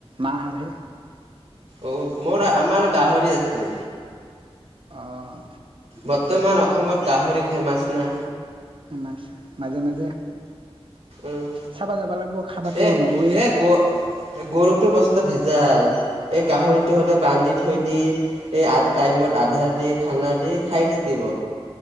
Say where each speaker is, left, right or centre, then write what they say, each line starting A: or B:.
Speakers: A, on the right; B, on the right.
A: মাঁহতহে
B: অঁ মোৰ আমাৰ গাহৰি আছে
A: অঁ
B: বৰ্তমান অসমত গাহৰি ফেমাছ না
A: মাজে মাজে
B: উম
A: চাবা যাবা লাগিব খাবাতো
B: এ
A: নৰুৱেই
B: এ গ গৰুটো বস্তা ভেজ ভেজাল এই গাহৰিটো হ'লে বান্ধি থৈ দি এই টাইমত আধা
A: উম
B: ৰাতি খানা দি খাই থাকিব